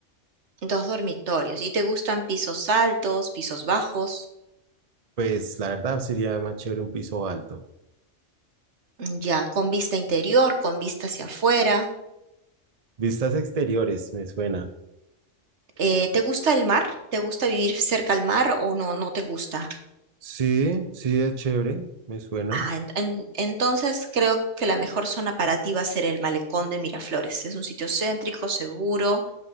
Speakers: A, on the right; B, on the right.
A: Dos dormitorios. ¿Y te gustan pisos altos, pisos bajos?
B: Pues la verdad sería más chévere un piso alto.
A: Mm, Ya, con vista interior, con vista hacia afuera.
B: Vistas exteriores, me suena.
A: Eh, ¿te gusta el mar? ¿Te gusta vivir cerca al mar o no, no te gusta?
B: Sí, sí, es chévere, me suena.
A: Ah, ent- en- entonces creo que la mejor zona para ti va a ser el Malecón de Miraflores. Es un sitio céntrico, seguro